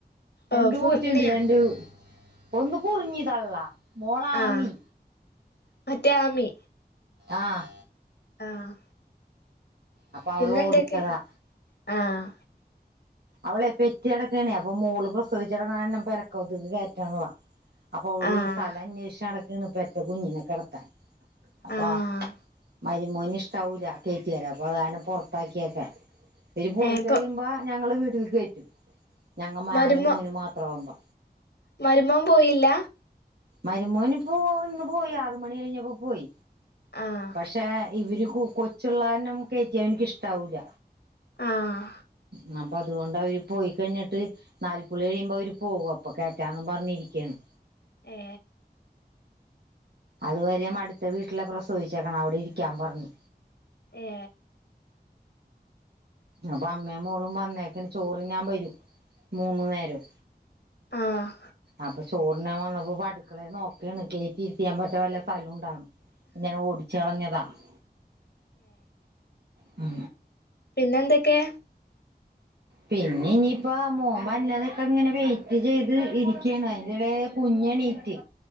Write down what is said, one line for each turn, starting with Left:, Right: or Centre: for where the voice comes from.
Right: രണ്ട്
Left: ഓഹ് പൂർണിയ
Right: പൂച്ചയുണ്ട് രണ്ട് ഒന്ന് കുറിഞ്ഞിതള്ള മോളാമി
Left: ആഹ് മറ്റേ ആമി
Right: ആ
Left: ആഹ്
Right: അപ്പ അവളോടിച്ചതാ
Left: പിന്നെന്തൊക്കെ ആഹ്
Right: അവളെ പെറ്റെടക്കാണേ അപ്പൊ മോള് പ്രസവിച്ച് കെടന്ന കാരണം പെരക്കകത്തിക്ക് കേറ്റണില്ല അപ്പൊ ഓള്
Left: ആഹ്
Right: സ്ഥല അന്വേഷിച്ച് നട ക്കാണ് പെറ്റ കുഞ്ഞിനെ കെടത്താൻ അപ്പാ
Left: ആഹ്
Right: മരിമോന് ഇഷ്ടവൂല്ല കേറ്റ്യാല് അപ്പൊ അതുകാരണം പൊറത്താക്ക്യേക്കാ ഇവര് പോയി
Left: ഏഹ് ഇപ്പൊ
Right: കഴിയുമ്പോ ഞങ്ങള് വീ ട്ടിൽ കേറ്റും ഞങ്ങ മാനും
Left: മരുമോ
Right: മോനും മാത്രമാവുമ്പോ
Left: മരുമോൻ പോയില്ല?
Right: മരുമോന്പ്പോ ഇന്ന് പോയി ആറ്മണി കഴിഞ്ഞപ്പൊ പോയി
Left: ആഹ്
Right: പക്ഷെ ഇവര് കു കൊച്ചുള്ളാരണം കേറ്റ്യ ഓന്ക്ക് ക്കിഷ്ടാവൂല
Left: ആഹ്
Right: ന അപ്പൊ അതുകൊണ്ട് അവര് പോയി കഴിഞ്ഞിട്ട് നാല്പ്പുള്ളി കഴിയുമ്പോ അവര് പോവും അപ്പൊ കേറ്റാന്നും പറഞ്ഞിരിക്കാണ്
Left: ഏ
Right: അതുവരെയും അടുത്ത വീട്ടില പ്രശ് ചോദിച്ചക്കണേ അവിടെ ഇരിക്കാൻ പറഞ്ഞു
Left: ഏ
Right: അപ്പൊ അമ്മേം മോളും വന്നേക്കാണ് ചോറിനാൻ വരും മൂന്നു നേരും
Left: ആഹ്
Right: അപ്പ് ചോറിനാൻ വന്നപ്പൊ പ്പടുക്കളെ നോക്കാണ് കേറ്റിരിത്യാൻ പറ്റ്യേ വല്ല സ്ഥലുണ്ടാന്ന് ഞാൻ ഓടിച്ചളഞ്ഞതാ <unintelligible> <unintelligible> ആ
Left: പിന്നെന്തെക്കേ
Right: പിന്നെ ഇനിപ്പ മോൻ വരണതൊക്കെങ്ങനെ വെയിറ്റ് ചെയ്ത് ഇരിക്കാണ് അതിന്റെടെല് കുഞ്ഞെണീറ്റ്